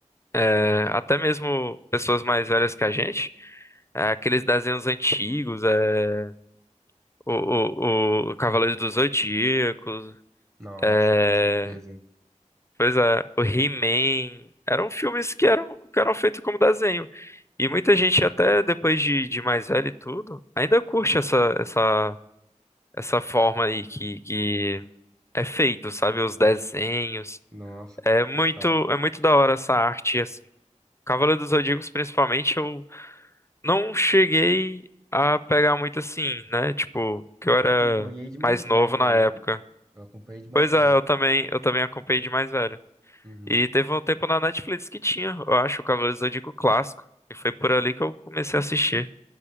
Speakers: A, on the left (about 20°); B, on the right (about 25°).
A: é, até mesmo pessoas mais velhas que a gente, é, aqueles desenhos antigos, é, o, o, o Cavaleiro dos Zodíaco.
B: Nossa,
A: É,
B: com certeza.
A: Pois é, o He-Man. Eram filmes que eram, que eram feitos como desenho. E muita gente, até depois de, de mais velho e tudo, ainda curte essa, essa, essa forma aí que, que é feito, sabe? Os desenhos.
B: Nossa,
A: É muito,
B: total.
A: é muito da hora essa arte, assim. Cavaleiro dos Zodíacos, principalmente, eu não cheguei a pegar muito assim, né? Tipo, que eu
B: Eu
A: era
B: acompanhei de mais
A: mais
B: velho
A: novo na
B: mesmo.
A: época.
B: Eu acompanhei de mais
A: Pois
B: velho.
A: é, eu também, eu também acompanhei de mais velho.
B: Uhum.
A: E teve um tempo na Netflix que tinha, eu acho, o Cavaleiro do Zodíaco clássico. E foi por ali que eu comecei a assistir.